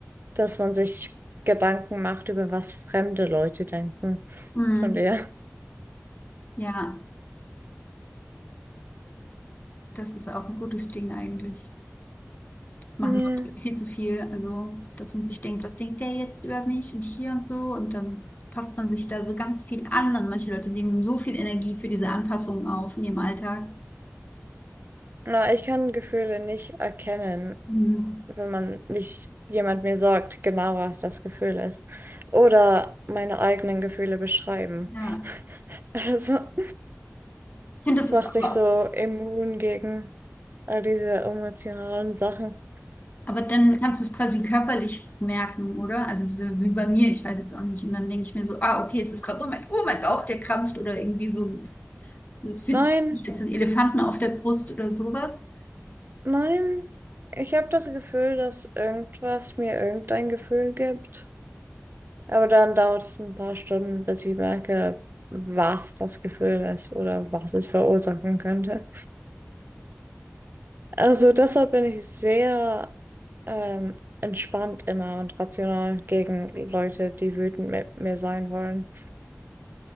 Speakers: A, on the right (about 45°); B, on the left (about 35°).
A: dass man sich Gedanken macht, über was fremde Leute denken.
B: Mhm.
A: Von der.
B: Ja. Das ist auch ein gutes Ding eigentlich. Das machen
A: Ja.
B: Leute viel zu viel. Also, dass man sich denkt, was denkt der jetzt über mich und hier und so. Und dann passt man sich da so ganz viel an. Und manche Leute nehmen so viel Energie für diese Anpassungen auf in ihrem Alltag.
A: Na, ich kann Gefühle nicht erkennen,
B: Mhm.
A: wenn man nicht jemand mir sagt, genau was das Gefühl ist. Oder meine eigenen Gefühle beschreiben.
B: Ja,
A: Also,
B: ich finde, das
A: es
B: ist
A: macht
B: aber,
A: dich so immun gegen all diese emotionalen Sachen.
B: aber dann kannst du es quasi körperlich merken, oder? Also, so wie bei mir, ich weiß jetzt auch nicht. Und dann denke ich mir so, ah, okay, jetzt ist gerade so mein, oh, mein Bauch, der krampft oder irgendwie so. Es fühlt
A: Nein,
B: sich nicht als ein Elefanten auf der Brust oder sowas.
A: nein. Ich habe das Gefühl, dass irgendwas mir irgendein Gefühl gibt. Aber dann dauert es ein paar Stunden, bis ich merke, was das Gefühl ist oder was es verursachen könnte. Also deshalb bin ich sehr ähm, entspannt immer und rational gegen Leute, die wütend mit mir sein wollen.